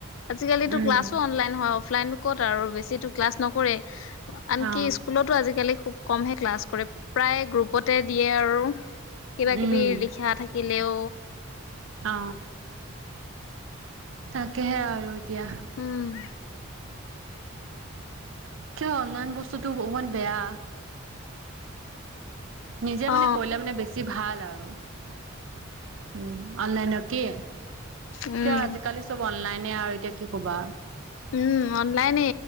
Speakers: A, on the left (about 70°); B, on the right (about 70°).
A: আজিকালিতো
B: উম
A: ক্লাছো অনলাইন হয় অফলাইন ক'ত আৰু বেছিো ক্লাছ নকৰে আনকি
B: অ
A: স্কুলতো আজিকালি খুব কমহে ক্লাছ কৰে প্ৰায় গ্ৰুপতে দিয়ে আৰু কিবা কিবি
B: উম
A: লিখা থাকিলেও
B: অ তাকেহে আৰু এতিয়া
A: উম,
B: কিয় অনলাইন বস্তুতটো অকমান বেয়া, নিজে
A: অ।
B: মানে কৰিলে মানে বেছি ভাল আৰু। উম, অনলাইনৰ কি
A: উম।
B: কিয় আজিকালি চব অনলাইনে আৰু এতিয়া কি ক'বা আৰু।
A: উম, অনলাইনে